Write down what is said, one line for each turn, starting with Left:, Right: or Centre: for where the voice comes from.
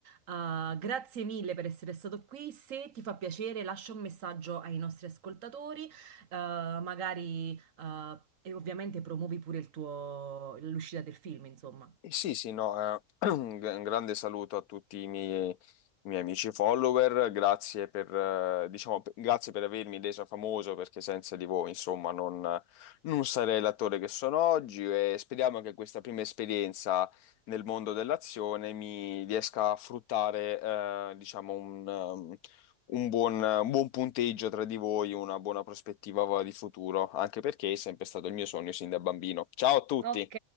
Right: Uh, grazie mille per essere stato qui, se ti fa piacere lascia un messaggio ai nostri ascoltatori, uh, magari uh, e ovviamente promuovi pure il tuo- l'uscita del film, insomma.
Left: Eh Sì, sì, no, eh, <clears throat> un gra- un grande saluto a tutti i miei, i miei amici follower, grazie per, eh, diciamo, per- grazie per avermi reso famoso perché senza di voi, insomma, non, non sarei l'attore che sono oggi e speriamo che questa prima esperienza nel mondo dell'azione mi riesca a fruttare, eh, diciamo, un, um, un buon, un buon punteggio tra di voi, una buona prospettiva di futuro, anche perché è sempre stato il mio sogno sin da bambino. Ciao a tutti!
Right: Ok,